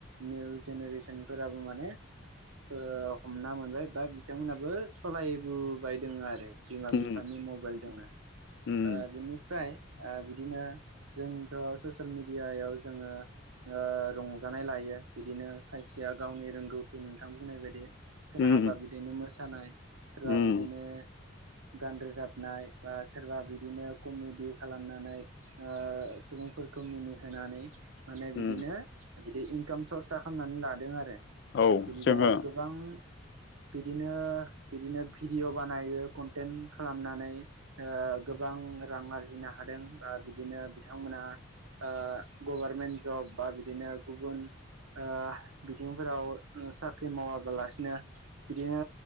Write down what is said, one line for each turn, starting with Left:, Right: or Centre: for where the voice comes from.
Right: निउ जेनेरेसन फोराबो माने ओ हमना मोनबाय बा बिथांमोनहाबो सालायबोबाय दङ आरो। बिमा
Left: उम
Right: बिफानि मबाइलजोंनो
Left: उम
Right: ओ बिनिफ्राय ओ बिदिनो जोंथ' ससियेल मिडियायाव जोङो ओ रंजानाय लायो बिदिनो खायसे या गावनि रोंगौथि नोंथां बुंनाय बायदि सोरहाबा
Left: उम
Right: बिदिनो मोसानाय सोरबा
Left: उम
Right: बिदिनो गान रोजाबनाय बा सोरबा बिदिनो कमेडि खालामनानै ओ सुबुंफोरखौ मिनिहोनानै माने बिदिनो
Left: उम
Right: बिदि इनकाम सर्स खालामनानै लादों आरो।
Left: औ
Right: बिदिनो
Left: जोङो
Right: गोबां बिदिनो बिदिनो भिडिअ बानायो कन्टेन्ट खालामनानै ओ गोबां रां आरजिनो हादों बा बिदिनो बिथांमोना ओ गभारमेन्ट जब बा बिदिनो गुबुन ओ बिथिंफोराव साख्रि मावाबालासिनो बिदिनो